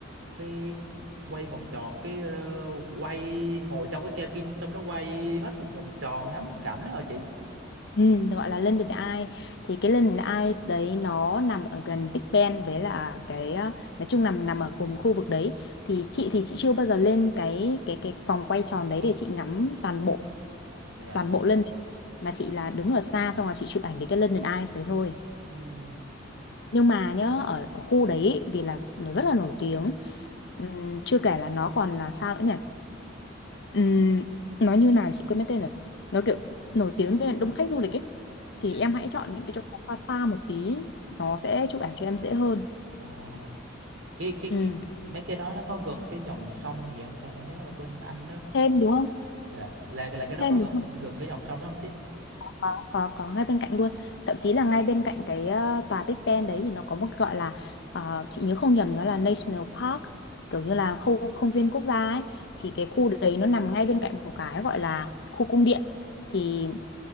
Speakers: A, on the right (about 75°); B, on the left (about 60°).
A: cái quay vòng tròn cái ờ, quay ngồi trong cái cabin xong nó quay hết một vòng tròn ngắm cảnh đó hả chị
B: Ừ, gọi là London Eye thì cái London Eye đấy nó nằm ở gần Big Ben với là cái ờ, nói chung nằm nằm ở cùng khu vực đấy thì chị thì chị chưa bao giờ lên cái cái cái vòng quay tròn đấy để chị ngắm toàn bộ
A: Dạ
B: toàn bộ London mà chị là đứng ở xa xong là chị chụp ảnh với cái London Eye đấy thôi
A: Ừ
B: nhưng mà nhớ ở, ở khu đấy ý, vì là nó rất là nổi tiếng Ừm, chưa kể là nó còn là sao nữa nhỉ Ừm, nó như nào chị quên mất tên rồi nó kiểu nổi tiếng nên đông khách du lịch ấy thì
A: Dạ
B: em hãy chọn những cái chỗ xa xa một tí nó sẽ chụp ảnh cho em dễ hơn
A: À cái cái
B: ừ.
A: cái mấy cái đó nó có gần cái dòng sông gì không ta em nhớ ở bên Anh
B: thêm đúng không
A: dạ là là cái đó
B: thêm
A: có gần
B: đúng
A: gần cái dòng sông đó không chị
B: có có có ngay bên cạnh luôn thậm chí là ngay bên cạnh cái ờ, tòa Big Ben đấy thì nó có một cái gọi là ờ, chị nhớ không nhầm nó là National Park kiểu như là khu công viên quốc gia ấy thì cái khu đấy nó nằm ngay bên cạnh một cái gọi là khu cung điện thì
A: Ừ.